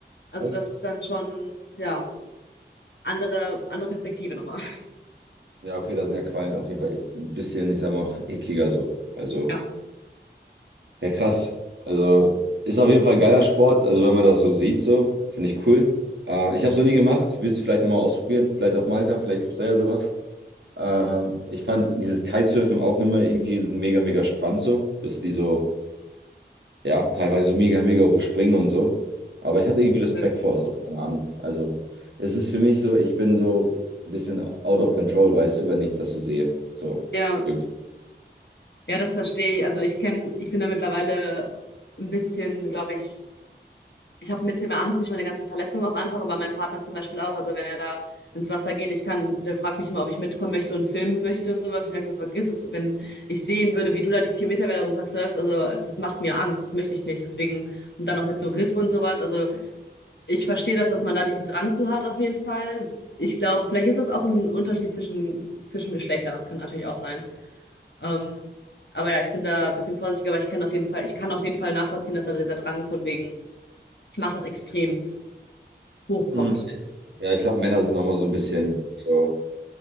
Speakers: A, on the left; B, on the right.
A: Also
B: Echt?
A: das ist dann schon, ja, andere, andere Perspektive nochmal. <laughs>
B: Ja, okay, da sind ja Quallen auf jeden Fall ein bisschen, ich sag mal, ekliger so, also.
A: Ja,
B: Ja, krass. Also ist auf jeden Fall ein geiler Sport. Also wenn man das so sieht, so finde ich cool. Ähm, ich habe es noch nie gemacht. Willst du vielleicht nochmal ausprobieren? Vielleicht auf Malta, vielleicht gibt es da ja sowas. Ähm, ich fand dieses Kitesurfen auch immer irgendwie so mega, mega spannend so, dass die so, ja, teilweise so mega, mega hoch springen und so. Aber ich hatte irgendwie Respekt
A: äh,
B: vor, so, keine Ahnung. Also es ist für mich so, ich bin so ein bisschen out of control, weißt du, wenn ich das so sehe. So,
A: ja,
B: irgendwie.
A: ja, das verstehe ich. Also ich kenne, ich bin da mittlerweile ein bisschen, glaube ich, ich habe ein bisschen mehr Angst durch meine ganzen Verletzungen auch einfach, aber mein Partner zum Beispiel auch. Also wenn er da ins Wasser geht, ich kann, der fragt mich immer, ob ich mitkommen möchte und filmen möchte und sowas. Ich sage so, vergiss es, wenn ich sehen würde, wie du da die vier Meter Welle runter surfst, also das macht mir Angst, das möchte ich nicht. Deswegen, und dann auch mit so Riff und sowas. Also Ich verstehe das, dass man da diesen Drang zu hat, auf jeden Fall. Ich glaube, vielleicht ist das auch ein Unterschied zwischen, zwischen Geschlechtern. Das kann natürlich auch sein. Ähm, aber ja, ich bin da ein bisschen vorsichtiger, aber ich kann auf jeden Fall, ich kann auf jeden Fall nachvollziehen, dass da dieser Drang von wegen, ich mache das extrem, hochkommt.
B: Mhm. Ja, ich glaube, Männer sind nochmal so ein bisschen so.